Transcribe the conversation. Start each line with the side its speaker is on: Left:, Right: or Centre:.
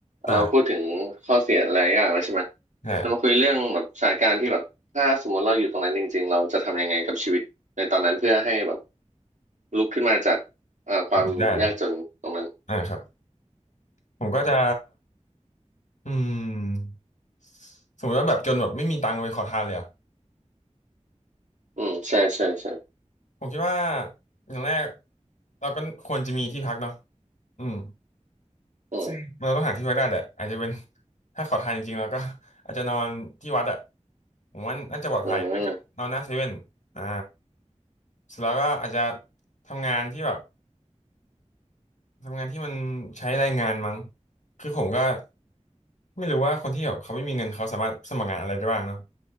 Left: อ่า
Right: เราพูดถึงข้อเสียหลายอย่างแล้วใช่ไหม
Left: ใช่
Right: เรามาคุยเรื่องแบบสถานการณ์ที่แบบถ้าสมมติเราอยู่ตรงนั้นจริงๆเราจะทำยังไงกับชีวิตในตอนนั้นเพื่อให้แบบลุกขึ้นมาจากเอ่อความยากจนตรงนั้น
Left: ได้เหรออ่าครับผมก็จะอืมสมมติว่าแบบจนแบบไม่มีตังค์ไปขอทานเลยอ่ะ
Right: อืมใช่ใช่ใช่
Left: ผมคิดว่าอย่างแรกเราก็ควรจะมีที่พักเนาะอืม
Right: อืม
Left: ซึ่งเราต้องหาที่พักได้แหละอาจจะเป็น <laughs> ถ้าขอทานจริงๆเราก็ <laughs> อาจจะนอนที่วัดอ่ะผมว่าน่าจะปลอดภัยไม่ก็นอนหน้าเซเว่นอ่า
Right: อืม
Left: เสร็จแล้วก็อาจจะทำงานที่แบบ ทำงานที่มันใช้แรงงานมั้งคือผมก็ไม่รู้ว่าคนที่แบบเขาไม่มีเงินเขาสามารถสมัครงานอะไรได้บ้างเนาะ